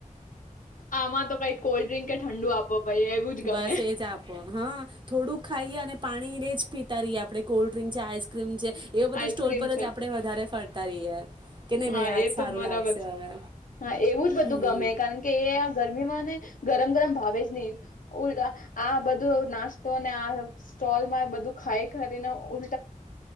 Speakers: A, on the left; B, on the right.
A: આમાં તો કઈક કોલ્ડ્રિંક કે ઠંડુ આપો ભાઈ એવું જ
B: બસ
A: ગમે
B: એજ આપો હા થોડુંક ખાઈએ અને પાણી રેજ પીતા રહીએ આપણે કોલ્ડ્રિંક છે આઈસક્રીમ છે- એવો બધો
A: આઈસ્ક્રીમ
B: સ્ટોલ પર
A: છે
B: જ આપડે વધારે ફરતા રહીએ કે નહીં
A: હા
B: ભાઈ આજ
A: એ
B: સારું
A: તો બરાબર
B: લાગશે
A: છે
B: હવે
A: હા એવું જ બધું
B: હમ
A: ગમે કારણ કે એ આ ગરમીમાં નેશગરમ ગરમ ભાવે જ નહી ઊલ આ બધું નાસ્તોને આ સ્ટોલ માં બધું ખાઈ કરીને ઉલ